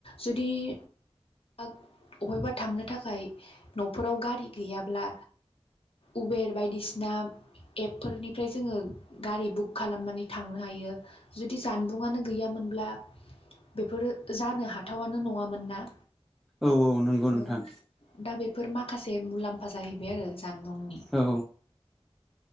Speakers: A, on the left (about 60°); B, in the centre.
A: जुदि दा अबेबा थांनो थाखाय नफोराव गारि गैयाब्ला उबेर बायदिसिना एपफोरनिफ्राय जोङो गारि बुक खालामनानै थांनो हायो जुदि जानबुंआनो गैयामोन होनब्ला बेफोरो जानो हाथावनो नङामोन ना
B: औ नंगौ
A: दा
B: नोंथां
A: बेफोर फोर माखासे मुलाम्फा जाहैबाय आरो जानबुंनि
B: औ